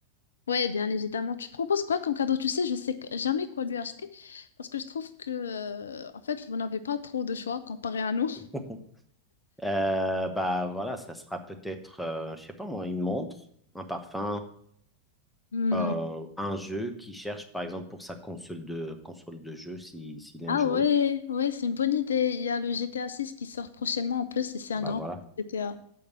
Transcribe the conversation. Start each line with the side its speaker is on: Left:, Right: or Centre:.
Left: Ouais, bien évidemment. Tu proposes quoi comme cadeau? Tu sais, je sais que- jamais quoi lui acheter parce que je trouve que, euh, en fait, vous n'avez pas trop de choix comparé à nous.
Centre: <laughs> Euh, bah voilà, ça sera peut-être, euh, je sais pas moi, une montre, un parfum,
Left: Hmm.
Centre: euh, un jeu qu'il cherche, par exemple, pour sa console de console de jeu, si, s'il aime
Left: Ah
Centre: jouer.
Left: ouais, ouais, c'est une bonne idée. Il y a le GTA 6 qui sort prochainement en plus et c'est un
Centre: Bah
Left: grand
Centre: voilà.
Left: GTA.